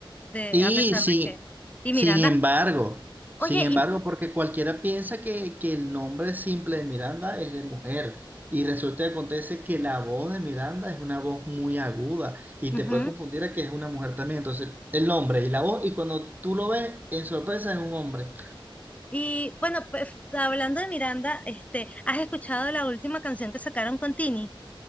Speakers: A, on the left (about 15°); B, on the right (about 20°).
A: de,
B: Sí,
A: a pesar
B: sí.
A: de que... Y
B: Sin
A: Miranda,
B: embargo, sin
A: oye,
B: embargo,
A: y,
B: porque cualquiera piensa que, que el nombre simple de Miranda es de mujer y resulta que acontece que la voz de Miranda es una voz muy aguda y
A: ujú,
B: te puede confundir a que es una mujer también. Entonces, el nombre y la voz y cuando tú lo ves, en sorpresa es un hombre.
A: y, bueno, pues, hablando de Miranda, este, ¿has escuchado la última canción que sacaron con Tini?